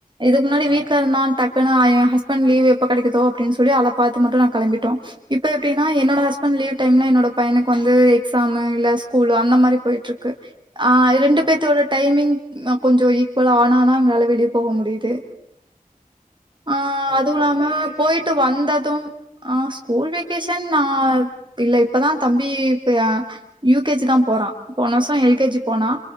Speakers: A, on the right; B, on the left.
A: இதுக்கு முன்னாடி
B: ஆ
A: வீட்ல இருந்தான் டக்குன்னு அ என் ஹஸ்பண்ட் லீவு எப்போ கிடைக்குதோ அப்டினு சொல்லி அத பாத்து மட்டும் நாங்க கெளம்பிட்டோம் இப்ப எப்டினா என்னோட ஹஸ்பண்ட் லீவ் டைம் என்னோட பையனுக்கு வந்து எக்ஸாம் இல்ல ஸ்கூல் அந்த மாரி போய்ட்டு இருக்கு ஆ ரெண்டு
B: ஆ
A: பேர்த்தோட டைமிங் கொஞ்சோ ஈக்குவலா ஆனாதா எங்களால வெளியே போக முடியுது ஆ அதுவும்
B: ஸ்கூல்
A: இல்லாம
B: வெக்கேஷனு
A: போய்ட்டு வந்ததும் ஆ ஸ்கூல் வெகேஷன் நான் இல்ல இப்பதான் தம்பி ஆ யூ கே ஜி தான் போறான் போன வருஷம் எல் கே ஜி போனா